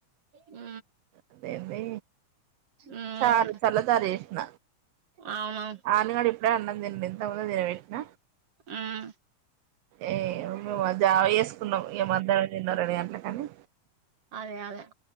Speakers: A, on the right; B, on the right.
A: ఆ
B: అదేన్నీ
A: ఉమ్
B: చాల చాల తరేష్ణ
A: అవును
B: ఆనగా ఇప్పుడే అన్నాం తిండి ఇంతముంద తినబెట్టిన
A: ఉమ్
B: ఏ మేము జా వసుకున్నాం ఇక మధ్యాహ్నం తిన్న రెండు గంటలకని
A: రాల